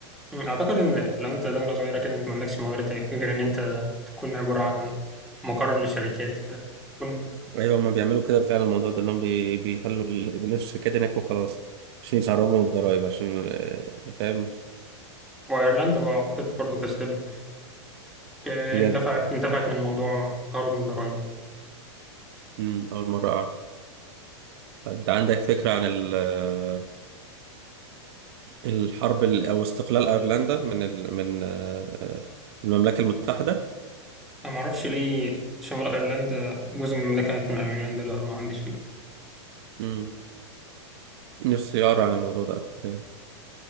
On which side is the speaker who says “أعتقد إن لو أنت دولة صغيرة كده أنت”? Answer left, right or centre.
Centre